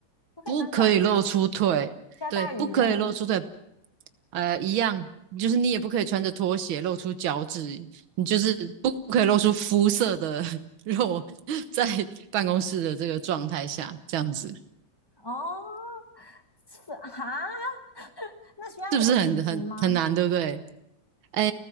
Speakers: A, on the left; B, on the right.
A: 不可以穿短裤，
B: 不可以露出腿，
A: 下大雨啊，
B: 对，不可以露出腿，呃，一样，就是你也不可以穿着拖鞋露出脚趾，你就是不可以露出肤色的肉 <laughs> 在办公室的这个状态下，这样子。
A: 哦，是啊 <laughs>，那需要有领子吗？
B: 是不是很很很难，对不对？哎，